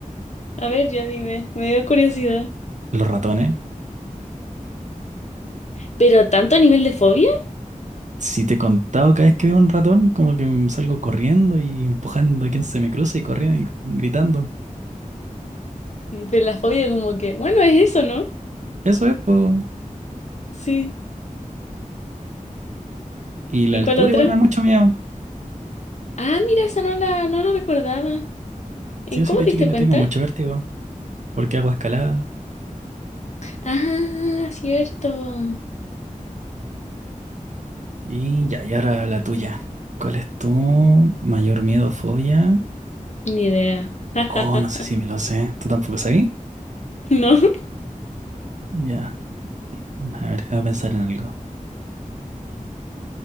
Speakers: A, on the left (about 55°); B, on the right (about 60°).
A: A ver, ya dime, me dio curiosidad.
B: Los ratones.
A: ¿Pero tanto a nivel de fobia?
B: Si te he contado cada vez que veo un ratón, como que me salgo corriendo y empujando a quien se me cruza y corriendo y gritando.
A: Y- Pero la fobia como que, bueno, es eso, ¿no?
B: Eso es, po.
A: Sí.
B: Y la
A: ¿Y
B: altura
A: cuál otra?
B: igual me da mucho miedo.
A: Ah, mira, esa no la, no la recordaba. ¿En
B: Sí, yo
A: cómo
B: sí te
A: te
B: he dicho
A: diste
B: que me
A: cuenta?
B: tengo mucho vértigo, porque hago escalada.
A: Ah, cierto.
B: Y ya, y ahora la tuya. ¿Cuál es tu mayor miedo o fobia?
A: Ni idea. <laughs>
B: Oh, no sé si me lo sé. ¿Tú tampoco sabías?
A: ¿No?
B: Ya. A ver, déjame pensar en algo.